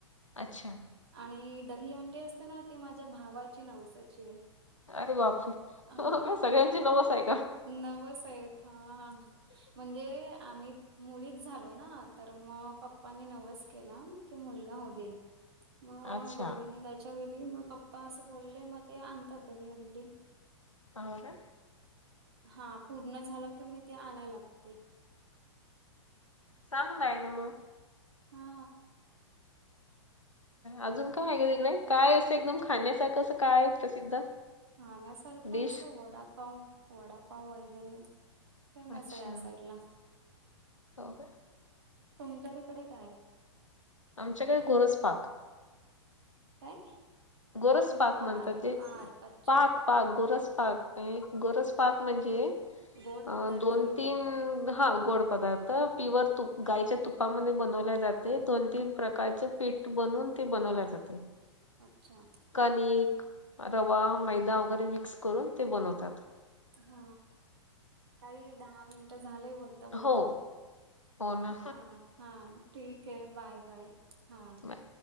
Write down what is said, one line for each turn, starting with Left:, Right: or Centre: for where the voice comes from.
Left: अच्छा
Right: आणि दहीहंडी असते ना ती माझ्या भावाची नवसाची आहे
Left: अरे बापरे
Right: हा
Left: हो का सगळ्यांची नवस आहे का?
Right: नव सा आहेेत हा म्हणजे आम्ही मुलीच झालो ना तर मग पप्पांनी नवच केलं क मुलगा हो दे मग
Left: अच्छा
Right: गोविंदाच्या वेली मग पप्पा असं बोलले मग ते आणतात दही अंडी
Left: हो का
Right: हा पूर्ण झालं की मी ते आणाय लागते
Left: चांगल ना आहे ना मग
Right: हा
Left: अजून काय आहे का तिकडे काय असं एकदम खाण्यासारखं असं काय आहे प्रसिद्ध
Right: खाण्यासारखं
Left: डिश?
Right: असं वडापाव वडापाव वगैरे फेमस
Left: अच्छा
Right: आहे या साईड ला
Left: हो का
Right: तुमच्या तिकडे काय
Left: आमच्याकडे गोरचप
Right: काय
Left: गोरस
Right: म्हणजे
Left: पाक
Right: पार
Left: म्हणतात ते
Right: पार कच्चा
Left: पाक पाक गोरस पाक गोरस पाक म्हणजे
Right: गोड
Left: अ
Right: पदार्थ
Left: दोन
Right: आहे काहीतरी
Left: तीन हा गोड पदार्थ प्युर तु गायच्या तुपामध्ये बनवल्या जाते दोन तीन प्रकारचे पीठ बनून ते बनवल्या जाते
Right: अच्छा
Left: कणिक रवा मैदा वगैरे मिक्स करून ते बनवतात
Right: हा काही दहा मिनट झालेय बोलता बोलता
Left: हो हो ना
Right: हा हा ठीक आहे बाय बाय हा
Left: बाय